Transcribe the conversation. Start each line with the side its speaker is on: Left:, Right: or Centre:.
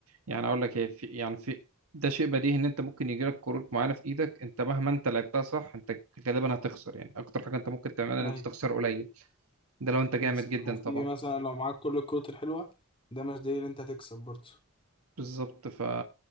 Right: يعني اقول لك ايه في يعني في ده شيء بديهي ان انت ممكن يجي لك كروت معينه في ايدك انت مهما انت لعبتها صح انت غالبا هتخسر يعني اكتر حاجه انت ممكن تعملها ان
Left: ايوه
Right: انت تخسر قليل ده لو انت جامد
Left: مثلا
Right: جدا
Left: وفي
Right: طبعا
Left: مثلا لو معاك كل الكروت الحلوة ده مش دليل انت هتكسب برضه
Right: بالظبط ف